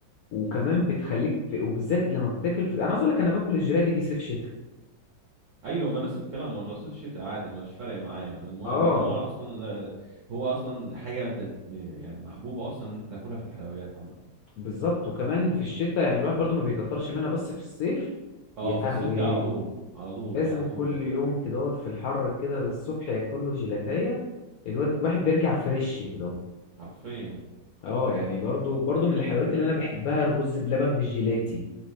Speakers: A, on the left; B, on the right.
A: وكمان
B: بالظبط
A: بتخليك في وبالذات لما بتاكل في انا عاوز اقول لك انا باكل الجيلاتي دي صيف شتاء
B: ايوه ما نفس الكلام والله صيف شتاء عادي مش فارق معايا المو...
A: اه
B: لان هو اصلا آه، هو اصلا حاجه تت- يعني محبوبه اصلا ان انت تاكلها في الحلويات عامه
A: بالظبط وكمان في الشتاء يعني الواحد برضو ما بيكترش منها بس في الصيف
B: اه
A: يا
B: في
A: لهوي
B: الصيف دي على طول على طول
A: لازم
B: على طول
A: كل يوم كده في الحر كده الصبح ياكل له جيلاتية الواد واحد بيرجع فريش كده
B: حرفيا
A: اه يعني برضو برضو من الحلويات اللي انا بحبها الرز بلبن بالجيلاتي